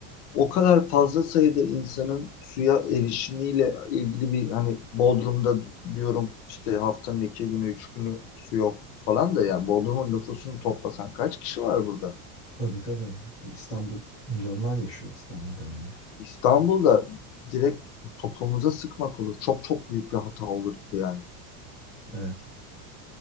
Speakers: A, on the left (about 90°); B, on the left (about 15°).
A: o kadar fazla sayıda insanın suya erişimiyle ilgili bir hani Bodrum'da diyorum işte haftanın iki günü, üç günü su yok falan da yani Bodrum'un nüfusunu toplasan kaç kişi var burada?
B: Tabii tabii. İstanbul milyonlar yaşıyor İstanbul'da yani.
A: İstanbul'da direkt toplumuza sıkmak olur. Çok çok büyük bir hata olur yani.
B: Evet.